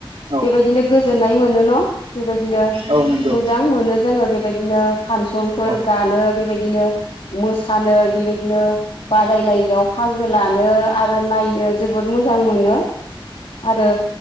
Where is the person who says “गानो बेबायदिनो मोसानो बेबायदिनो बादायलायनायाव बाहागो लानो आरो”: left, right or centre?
Left